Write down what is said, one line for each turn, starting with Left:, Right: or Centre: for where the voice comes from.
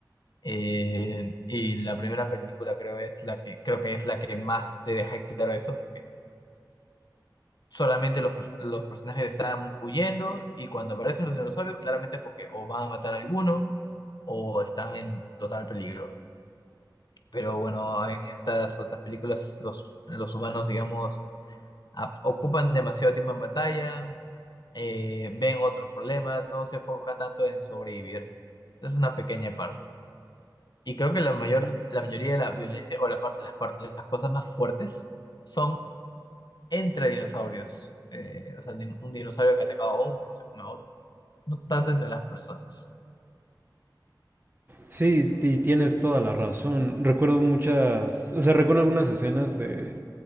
Left: Eh, y la primera película creo es la que creo que es la que más te deja claro eso, porque solamente los, pers- los personajes están huyendo y cuando aparecen los dinosaurios, claramente es porque o van a matar a alguno o están en total peligro. Pero bueno, en estas otras películas los, los humanos, digamos, ap- ocupan demasiado tiempo en batalla, eh, ven otros problemas, no se enfoca tanto en sobrevivir. Es una pequeña parte. Y creo que la mayor, la mayoría de la violencia o la par- las, par- las cosas más fuertes son entre dinosaurios. Eh, o sea, din- un dinosaurio que ataca a otro, se come a otro, no tanto entre las personas,
Right: Sí, y tienes toda la razón. Recuerdo muchas, o sea, recuerdo algunas escenas de